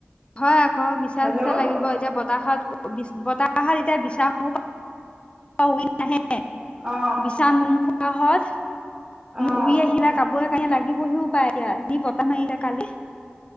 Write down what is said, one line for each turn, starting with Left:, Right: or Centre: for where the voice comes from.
Left: হয়', বিছা-চিচা
Right: হেল্ল' অ',
Left: লাগিব এতিয়া বত, বতাহত-বতাহত এতিয়া বিছাঁ সমূহ উৰি নাহে।
Right: অ',
Left: বিছা-ণুম কাহত,
Right: অ',
Left: উৰি আহিলা কাপোৰত লাগিবহিয়ো পায় এতিয়া যি বতাহ মাৰিলে কালি